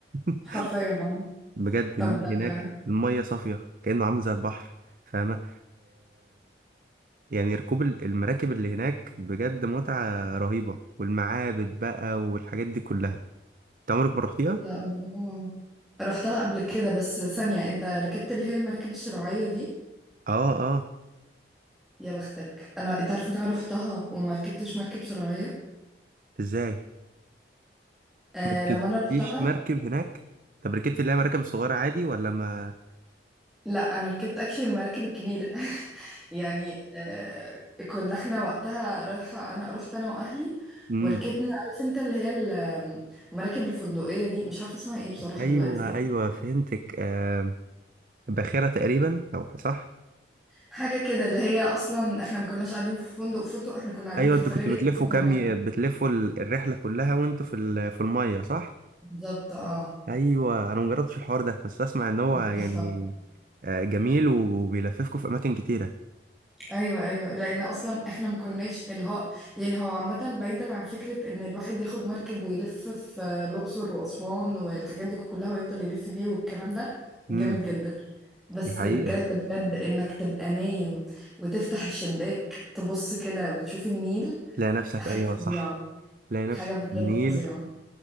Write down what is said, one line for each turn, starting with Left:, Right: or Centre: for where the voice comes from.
Right: <laughs>
Centre: حرفيا اه
Right: بجد
Centre: طب
Right: النيل هناك
Centre: آه،
Right: المية صافية كأنه عامل زي البحر فاهمة يعني ركوب ال- المراكب اللي هناك بجد متعة رهيبة والمعابد بقى والحاجات دي كلها انت عمرك ما رحتيها؟
Centre: إيه ده الله رحتها قبل كده بس ثانية انت ركبت اللي هي المراكب الشراعية دي
Right: اه اه
Centre: يا بختك انا انت عارف ان انا رحتها وما ركبتش مركب شراعية
Right: ازاي؟
Centre: آه
Right: ما ركبتيش
Centre: لما انا رحتها
Right: مركب هناك؟ طب ركبتي اللي هي مراكب صغيرة عادي ولا ما
Centre: لا انا ركبت اكشلي المراكب الكبيره <laughs> يعني آه، كنا احنا وقتها رايحه انا رحت انا واهلي
Right: امم
Centre: وركبنا عارف انت اللي هي ال- المراكب الفندقيه دي مش عارفه اسمها ايه بصراحه
Right: ايوه
Centre: دلوقتي يعني
Right: ايوه فهمتك آه باخرة تقريبا او صح؟
Centre: حاجه كده اللي هي اصلا احنا ما كناش قاعدين في فندق فندق احنا كنا قاعدين
Right: ايوه
Centre: في
Right: انتوا
Centre: الفنادق
Right: كنتوا بتلفوا
Centre: اللي هي جوه
Right: كام
Centre: المركب
Right: ي- بتلفوا ال- الرحلة كلها وانتوا في ال- في المية صح؟
Centre: بالظبط اه
Right: ايوه انا مجربتش الحوار ده بس اسمع ان هو يعني
Centre: تحفة.
Right: آه، جميل وبيلففكوا في اماكن كتيرة
Centre: ايوه ايوه لان اصلا احنا ما كناش اللي هو يعني هو عامه بعيدا عن فكره ان الواحد ياخد مركب ويلف في الاقصر واسوان والحاجات دي كلها ويفضل يلف بيه والكلام ده
Right: امم
Centre: جامد جدا بس
Right: دي حقيقة
Centre: بجد بجد انك تبقى نايم وتفتح الشباك تبص كده وتشوف النيل
Right: تلاقي نفسك
Centre: حاجه
Right: أيوه
Centre: فظيعه
Right: صح تلاقي نفسك
Centre: حاجه بجد
Right: في النيل
Centre: فظيعه